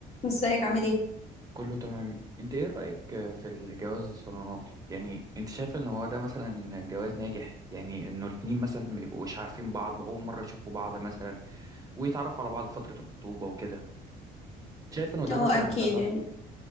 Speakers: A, on the left; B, on the right.
A: ازيك عامل ايه؟
B: كله تمام انت ايه رأيك في الجواز الصالوناتي يعني انت شايفه ان هو ده مثلا جواز ناجح يعني انه الاتنين مثلا ما يبقوش عارفين بعض واول مرة يشوفوا بعض مثلا ويتعرفوا على بعض في فترة الخطوبة وكده شايف انه ده
A: اه
B: مثلا
A: اكيد
B: ده صح
A: يعني